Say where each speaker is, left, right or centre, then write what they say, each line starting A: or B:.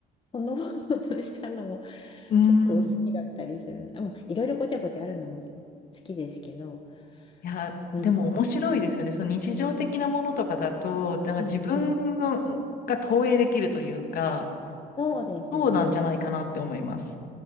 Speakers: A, on the left (about 30°); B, on the left (about 60°).
A: ほのぼのとしたのも <laughs>
B: うん。
A: 結構好きだったりする。あまあ、いろいろごちゃごちゃあるのも好きですけど、
B: いや、
A: うん、
B: でも面白いですよね。
A: うん、
B: その日常的なものとかだと、なんか自分のが投影できるというか、
A: うんうん。そうですね。
B: そうなんじゃないかなって思います。